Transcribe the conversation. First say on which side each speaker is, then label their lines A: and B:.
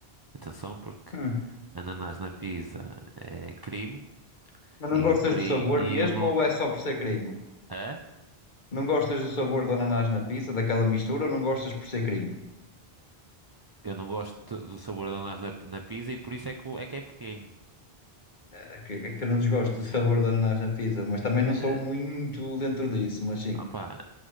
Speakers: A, on the right (about 40°); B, on the left (about 50°).
A: Atenção, porque
B: Hum.
A: ananás na pizza é crime
B: Mas não
A: e,
B: gostas
A: o cri,
B: do sabor
A: e
B: mesmo
A: eu não...
B: ou é só por ser crime?
A: É?
B: Não gostas do sabor do ananás na pizza, daquela mistura, ou não gostas por ser crime?
A: Eu não gosto do sabor de ananás na, na pizza e por isso é que, o- é que é crime.
B: É Que, é que eu não desgosto do sabor do ananás na pizza, mas também não sou
A: Ah,
B: muito dentro disso, mas sim.
A: Opá,